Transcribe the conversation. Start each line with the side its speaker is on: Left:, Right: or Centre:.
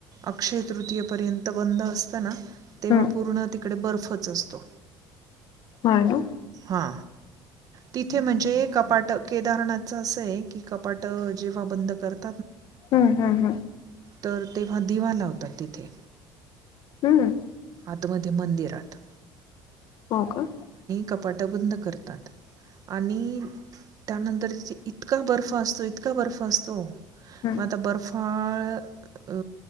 Right: अक्षय तृतीयपर्यंत बंद असताना तेव्हा
Left: हम्म
Right: पूर्ण इकडे बर्फच असतो.
Left: हो ना.
Right: हा तिथे म्हणजे कपाट केदारनाथच असं आहे की कपाट जेव्हा बंद करत
Left: हम्म हम्म हम्म.
Right: तर तेव्हा दिवा लावतात तिथे.
Left: हम्म.
Right: आतमध्ये मंदिरात.
Left: हो का?
Right: कपाटबंद करतात. आणि त्यानंतर तिथे इतका बर्फ असतो, इतका बर्फ असतो.
Left: हम्म
Right: मग आता बर्फाळ अ